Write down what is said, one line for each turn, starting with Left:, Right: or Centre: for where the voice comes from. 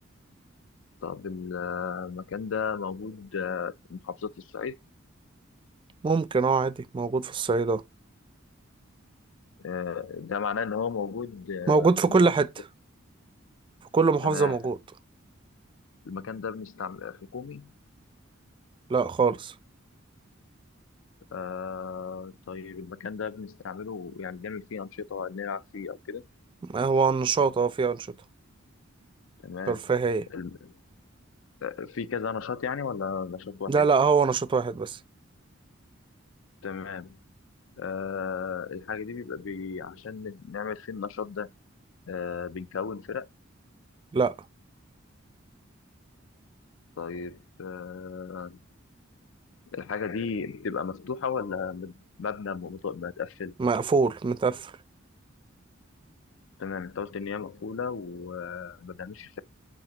Left: طب ال- آه، المكان ده موجود آه، في محافظة الصعيد
Right: ممكن اه عادي موجود في الصعيد اه
Left: آه، ده معناه ان هو موجود آه،
Right: موجود في
Left: في
Right: كل
Left: المحافظات
Right: حتة
Left: كلها
Right: في كل محافظة
Left: تمام
Right: موجود
Left: المكان ده بنستعمل حكومي
Right: لا خالص
Left: آه طيب المكان ده بنستعمله يعني بنعمل فيه انشطه نلعب فيه او كده
Right: ما هو نشاط اه فيه أنشطة
Left: تمام
Right: ترفيهية
Left: الم- آه، في كذا نشاط يعني ولا نشاط واحد
Right: لا لا هو نشاط واحد بس
Left: تمام آه الحاجه دي بيبقى بي عشان نعمل فيه النشاط ده آه بنكون فرق
Right: لا
Left: طيب آه الحاجه دي بتبقى مفتوحه ولا مبنى مت- متقفل
Right: مقفول متقفل
Left: تمام انت قلت ان هي مقفوله وما بنعملش